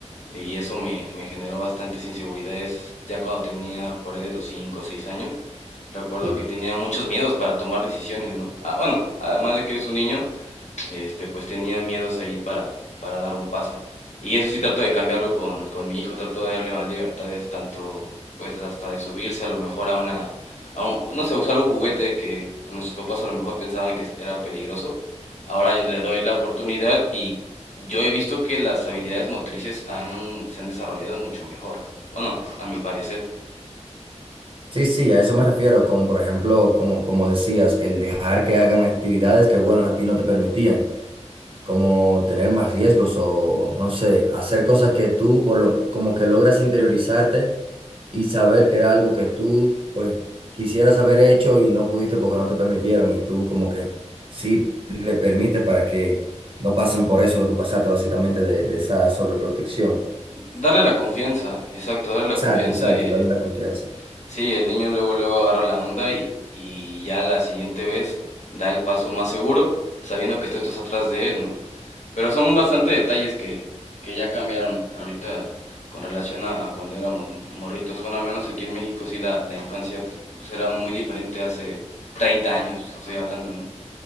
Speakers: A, on the left; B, on the right.
A: Y eso me, me generó bastantes inseguridades ya cuando tenía por ahí de los 5 o 6 años. Recuerdo
B: Sí.
A: que tenía muchos miedos para tomar decisiones, ¿no? Ah, bueno, además de que eres un niño, este, pues tenía miedos ahí para, para dar un paso. Y eso sí trato de cambiarlo con, con mi hijo, trato de darle más libertades, tanto pues hasta de subirse a lo mejor a una, a un- no sé, usar un juguete que nuestros papás a lo mejor pensaban que era peligroso. Ahora yo le doy la oportunidad y yo he visto que las habilidades motrices han, se han desarrollado mucho mejor. Bueno, a mi parecer.
B: Sí, sí, a eso me refiero, con, por ejemplo, como, como decías, el dejar que hagan actividades que, bueno, a ti no te permitían. como tener más riesgos o, no sé, hacer cosas que tú por lo- como que logras interiorizarte y saber que era algo que tú pues quisieras haber hecho y no pudiste porque no te permitieron y tú como que sí le permites para que no pasen por eso que tú pasaste básicamente de, de esa sobreprotección.
A: Darle la confianza, exacto, darle la
B: Exacto,
A: confianza.
B: exacto,
A: eh,
B: darle la confianza.
A: Sí, el niño luego, luego agarra la onda y, y ya la siguiente vez da el paso más seguro, sabiendo que tú estás atrás de él, ¿no? Pero son bastante detalles que, que ya cambiaron ahorita con relación a, a cuando éramos morritos. Bueno, al menos aquí en México sí la, la infancia pues, era muy diferente hace 30 años, estoy hablando, ¿no?